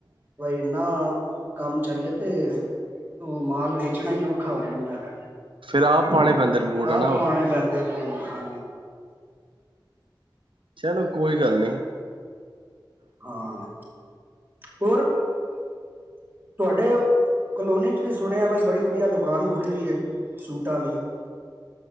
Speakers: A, on the right (about 25°); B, on the right (about 85°).
A: ਭਾਈ ਨਾ ਕੰਮ ਚੱਲ ਤੇ ਉਹ ਮਾਲ ਵੇਚਣਾ ਹੀ ਔਖਾ ਹੋ ਜਾਂਦਾ ਫਿਰ
B: ਫਿਰ ਆਪ ਪਾਉਣੇ ਪੈਂਦੇ ਨੇ ਬੂਟ ਹਨਾ
A: ਆਪ ਪੁਆਣੇ ਪੈਂਦੇ ਨੇ ਹਾ
B: ਚਲੋ ਕੋਈ ਗੱਲ ਨੀ।
A: ਹਾਂ ਹੋਰ ਤੁਹਾਡੇ ਕਲੋਨੀ ਚ ਵੀ ਸੁਣਿਆ ਬਈ ਬੜੀ ਵਧੀਆ ਦੁਕਾਨ ਖੁੱਲੀ ਹੈ ਸੂਟਾਂ ਦੀ